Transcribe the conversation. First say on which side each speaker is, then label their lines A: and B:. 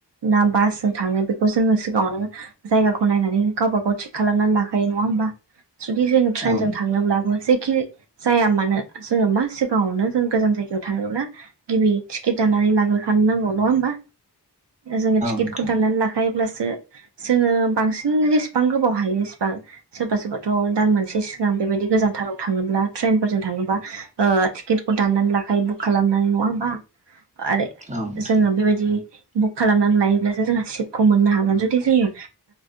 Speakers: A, on the right; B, on the right.
A: ना बासजों थाङो बेखौ जोङो सिगाङावनो जायगाखौ नायनानै गावबा गाव थि खालामनानै लाखायो नङा होमबा जुदि जों ट्रेनजों
B: औ नोंथां औ
A: थांनोब्लाबो जेखि जाया मानो जोङो मा सिगाङावनो जों गोजान जायगायाव थाङोब्ला गिबि टिकेट दाननानै लाग्रो थांनांगौ नङा होमबा जोङो टिकेटखौ
B: नोंथां
A: दाननानै ला लाखायोब्लासो जोङो बांसिन जेसेबां गोबाव हायो इसेबां सोरबा सोरबाथ' दान मोनसे सिगां बेबायदि गोजानथाराव थाङोब्ला ट्रेनफोरजों थाङोबा टिकेटखौ दान्नानै लाखायो बुक खालामनाय नङा होमबा आरो
B: औ नोंथां
A: जोंङो बेबायदि बुक खालामनानै लायोब्लासो जोंयो सिटखौ मोननो हागोन जुदि जोङो